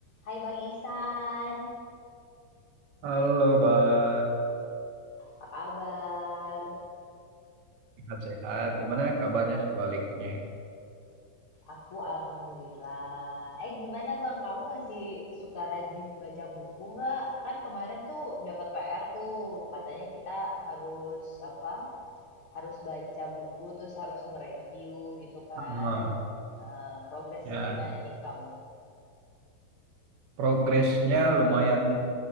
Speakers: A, on the left; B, on the right.
A: Hai Bang Ihsan,
B: Halo, Mbak.
A: apa kabar?
B: Sehat-sehat. Gimana kabarnya sebaliknya?
A: Aku alhamdulillah. Eh gimana Bang, kamu masih suka rajin baca buku nggak? Kan kemarin tuh dapat PR tuh, katanya kita harus apa? Harus baca buku terus harus nge-review gitu kan.
B: Ah,
A: Eh, progresnya
B: ya,
A: gimana nih kamu?
B: progresnya lumayan